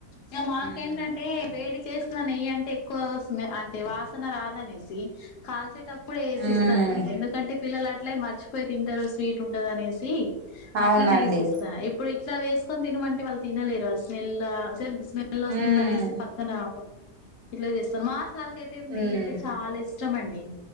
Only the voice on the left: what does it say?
టే మాకేంటంటే
వేడి చేసి తు నెయ్యంటే ఎక్కువ స్మె అంటే వాసన రాదనే సి కాల్చేటప్పుడు ఏసిస్తానండి
ఎందుకంటే పిల్లల ట్లే మర్చిపోయి తింటరు స్వీట్ ఉంటది అనేసి
అట్లనే ఏసిస్తా ఇప్పుడు ఇ ట్ల వేసుకొని తినమంటే వాళ్ళు తినలేరు ఆ స్మెల్లా స్మెల్ వస్తుంది
అనేసి పక్కన ఇట్ల చేస్తరు మా సార్ కైతే
నెయ్యి అంటే చాల ఇ ష్టమండి